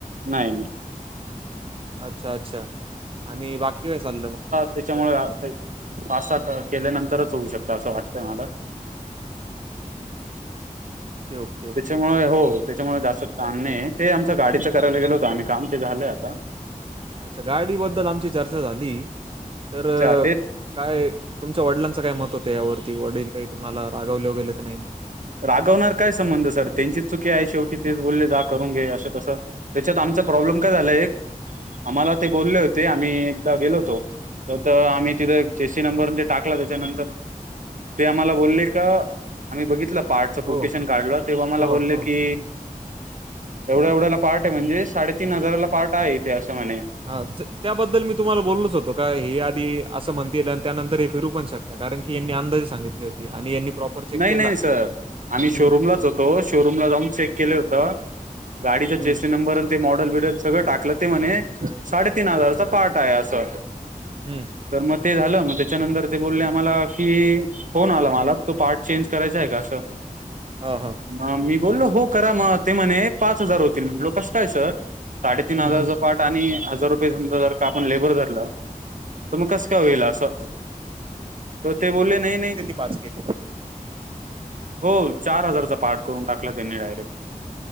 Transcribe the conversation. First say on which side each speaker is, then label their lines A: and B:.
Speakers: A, on the right; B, on the right.
A: नाही नाही‌.
B: अच्छा! अच्छा! आणि बाकी काय चाललं मग.
A: त्याच्यामुळं ते पाच-सात केल्यानंतरच होऊ शकतं असं वाटतंय मला
B: ओके ओके ओके
A: त्याच्यामुळे हो त्याच्यामुळे जास्त ताण नाही ते आमचं गाडीचं करायला गेलो होतं आम्ही काम ते झालंय आता.
B: अच्छा! गाडी बद्दल आमची चर्चा झाली, तर
A: अच्छा तेच
B: काय, तुमच्या वडिलांचं काय मत होतं यावरती वडील काही तुम्हाला रागवले ‌ <unintelligible> तर नाही ना?
A: रागवणार काय संबंध सर त्यांचीच चुकी आहे शेवटी तेच बोलले जा करून घे असं तसं. त्याच्यात आमचा प्रॉब्लेम काय झालाय एक आम्हाला ते बोलले होते आम्ही एकदा गेलो होतो. <unintelligible> आम्ही तिथं चेसी नंबर ते टाकला त्याच्यानंतर ते आम्हाला बोलले का, आम्ही बघितलं. पार्टचं
B: हो,
A: कोटेशन काढलं तेव्हा मला
B: हो,
A: बोलले
B: हो.
A: की एवढ्या-एवढ्याला पार्ट आहे म्हणजे साडेतीन हजाराला पार्ट आहे इथे असं म्हणे.
B: हा त्याबद्दल मी तुम्हाला बोललोच होतो का हे आधी असं म्हणतील आणि त्यानंतर हे फिरू पण शक कारण की यांनी अंदाजे सांगितले होते. आणि यांनी प्रॉपर चेक
A: नाही
B: केला.
A: नाही सर, आम्ही शोरूमलाच
B: हं,
A: होतो शोरूमला जाऊन चेक केले होत. गाडीचा
B: हं,
A: चेसी नंबर ते मॉडेल बिडल सगळं टाकलं ते म्हणे साडेतीन हजाराचा पार्ट आहे असं.
B: हम्म.
A: तर मग ते झालं मग त्याच्यानंतर ते बोलले आम्हाला कि, फोन आला मला <unintelligible> चेंज करायचंय का असं.
B: हा हा.
A: म मी बोललो हो करा मग ते म्हणे पाच हजार होतील, म्हंटलो कसं काय सर. साडेतीन
B: हं,
A: हजारचा
B: हं.
A: पार्ट आणि हजार रुपये समजा जर का आपण लय बरं धरलं. तर मग कसं काय होईल असं, तर ते बोलले नाही नाही?
B: पाच केलं.
A: हो चार हजारचा पार्ट करून टाकला त्यांनी डायरेक्ट,